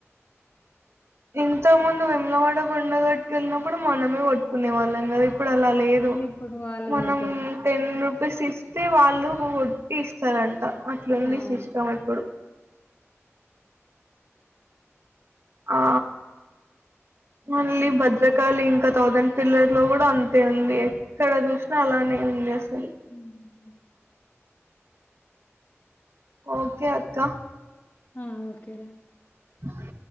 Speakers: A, on the right (about 60°); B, on the left (about 80°).
A: ఇంతకు ముందు వేములవాడ కొండగట్టుకు ఎళ్ళినప్పుడు మనమే కొట్టుకునే వాళ్ళం కదా ఇప్పుడు అలా లేదు
B: ఇప్పుడు వాళ్ళు
A: మనం
B: కొడుతుండ్రు.
A: టెన్ రూపీస్ ఇస్తే వాళ్ళు కొడ్టి ఇస్తారంట
B: హ్మ్.
A: అట్లుంది
B: అవును.
A: సిస్టమ్ ఇప్పుడు ఆ మళ్ళీ భద్రకాళి ఇంకా థౌసండ్ పిల్లర్లో కూడా అంతే ఉంది ఎక్కడ చూసినా అలానే ఉంది అసలు
B: ఉమ్మ్
A: ఓకే అక్కా
B: ఆ ఓకేరా
A: అ